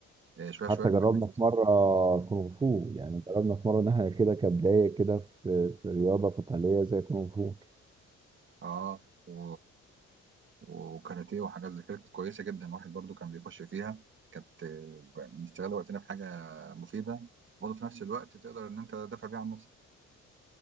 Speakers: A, on the right; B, on the right.
A: إيه، شويه
B: حتى
A: شويه بنبني
B: جربنا في مره كونغ فو يعني جربنا في مره ان احنا كده كبدايه كده في في رياضه قتاليه زي كونغ فو
A: اه و... وكاراتيه وحاجات زي كده كانت كويسه جدا الواحد برضو كان بيخش فيها كانت آه، بنشتغل وقتنا في حاجه مفيده برضه في نفس الوقت تقدر ان انت تدافع بيها عن نفسك